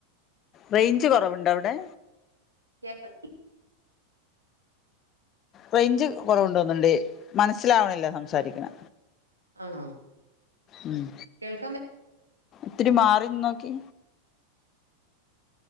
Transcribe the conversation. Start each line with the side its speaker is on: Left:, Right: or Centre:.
Left: റേഞ്ച് കൊറവുണ്ടൊ അവടെ?
Right: ക്കേക്കൾ
Left: റേഞ്ച് കൊറവുണ്ട് തോന്ന്ണ്ട് മനസ്സിലാവ്ണില്ല സംസാരിക്ക്ണെ.
Right: ആണോ
Left: ഉം
Right: കേൾക്കാൻ പ
Left: ത്തിരി മാറിന്നോക്കി.